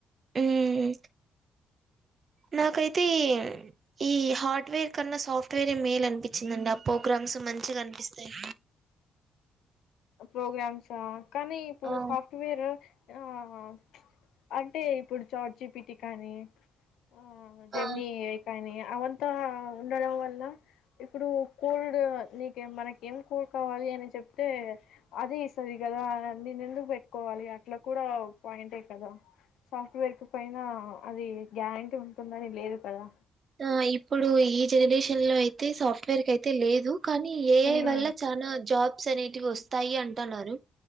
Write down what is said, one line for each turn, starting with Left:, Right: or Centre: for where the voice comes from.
Right: మ్మ్ నాకైతే ఈ ఈ హార్డ్వేర్ కన్నా, సాఫ్ట్వేర్ మేల్ అనిపించిందండి. ఆ ప్రోగ్రామ్స్ మంచిగా అనిపిస్తాయి.
Left: ప్రోగ్రామ్ సా కానీ ఇప్పుడు
Right: ఆ
Left: సాఫ్ట్వేర్ ఆహ్ అంటే ఇప్పుడు చాట్ జిప్ ప్పీటికాని ఆ జెమిని
Right: ఆ
Left: ఎయిటయిందిగా అవంతా ఉండడం వల్ల. ఇప్పుడు కోల్డ్ నీక మనక ఏం కూల్ కావాలి అని చెప్తే. అదే సరిగా కదా నీను ఎందుకు పెట్టుకోవాలి అట్లా కూడా పాయింటే కదా. సాఫ్ట్వేర్ కి పైన అది గ్యారంటీ ఉంటుందని లేదు కదా.
Right: ఆ ఇప్పుడు ఈ జనరేషన్ లో అయితే. సాఫ్ట్వేర్ కాయితే లేదు. కానీ ఏఐ
Left: అవునా
Right: వల్ల చనా జాబ్ ప్స్ అనేటివి వస్తాయి అంటున్నారు.